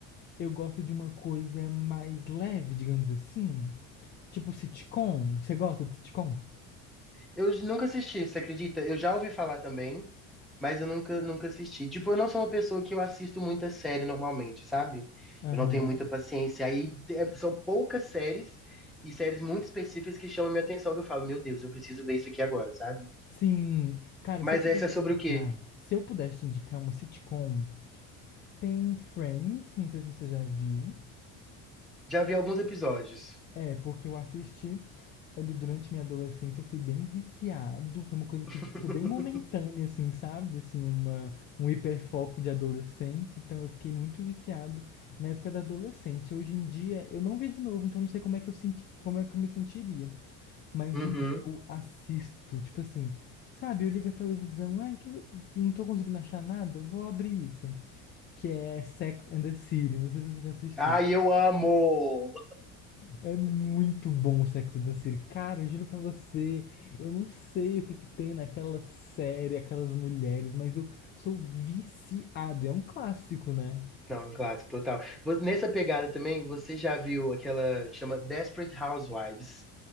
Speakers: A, on the left; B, in the centre.
A: eu gosto de uma coisa mais leve, digamos assim. Tipo sitcom. Você gosta de sitcom?
B: Eu nunca assisti, você acredita? Eu já ouvi falar também, Mas eu nunca, nunca assisti. Tipo, eu não sou uma pessoa que eu assisto muita série normalmente, sabe?
A: Aham.
B: Eu não tenho muita paciência. Aí é- são poucas séries e séries muito específicas que chamam minha atenção, que eu falo, meu Deus, eu preciso ver isso aqui agora, sabe?
A: Sim. Cara,
B: Mas
A: se eu pudesse
B: essa é sobre
A: te indicar,
B: o quê?
A: se eu pudesse te indicar uma sitcom, tem Friends, não sei se você já viu.
B: Já vi alguns episódios.
A: É, porque eu assisti ali durante minha adolescência, eu fui bem viciado, foi uma coisa que
B: <laughs>
A: foi bem momentânea, assim, sabe? Assim, uma, um hiperfoco de adolescente, então eu fiquei muito viciado na época da adolescência. Hoje em dia, eu não vi de novo, então eu não sei como é que eu senti, como é que eu me sentiria. Mas
B: Uhum.
A: um que eu assisto, tipo assim, sabe? Eu ligo a televisão, ai, que eu não tô conseguindo achar nada, eu vou abrir isso. Que é Sex and the City, não sei se você já assistiu.
B: Ai, eu amo!
A: É muito bom o Sex and the City. Cara, eu juro pra você, eu não sei o que que tem naquela série, aquelas mulheres, mas eu sou viciado. É um clássico, né?
B: Não, um clássico total. Vo- Nessa pegada também, você já viu aquela que chama Desperate Housewives?